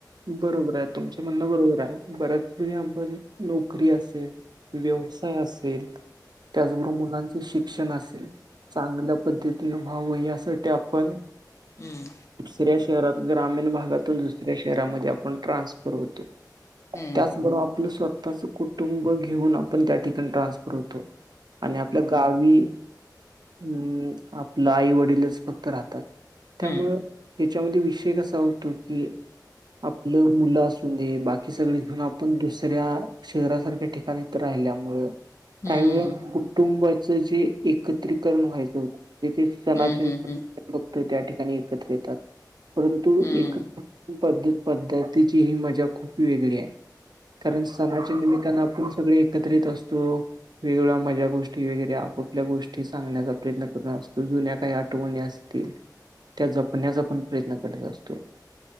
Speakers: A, on the right; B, on the left.
A: बरोबर आहे तुमच म्हणणं बरोबर आहे बऱ्याच वेळी आपण नोकरी असे व्यवसाय असेल त्याच बरोबर मुलांचे शिक्षण असेल चांगल्या पद्धतीने व्हावं यासाठी आपण
B: हम्म
A: दुसऱ्या शहरात ग्रामीण भागातून दुसऱ्या शहरामध्ये आपण ट्रान्सफर होतो
B: हम्म
A: त्याचबरोबर आपलं स्व तःच कुटुंब घेऊन आपण त्या ठिकाणी ट्रान्सफर होतो. आणि आपल्या गावी उम्म आपलं आई वडीलच फक्त राहतात त्यामूळं
B: हम्म
A: याच्यामध्ये विषय कसा होतो की आपलं मुलं असून दे बाकी सगळी घेऊन आपण दुसऱ्या शहरासारख्या ठिका णी राहिल्यात मुळं
B: हम्म
A: काही वेळ कुटुंबाचा जे एकत्रीकरण व्हायचं होतं ते ते सणाचे.
B: हम्म हम्म हम्म
A: <unintelligible>
B: हम्म
A: बघतोय त्या ठिकाणी एकत्र येतात परंतु
B: हम्म
A: एकत्र पद्धत पद्धतीची ही मजा खूप वेगळी आहे. कारण सणाच्या निमित्तानं आपण सगळे एकत्रित असतो. वेगळ्या मजा गोष्टी वगैरेया आप-आपल्या गोष्टी सांगण्याचा प्रयत्न करत असतो जुन्या काही आठवणी अस ते त्या जपण्याचा आपण प्रयत्न करत असतो.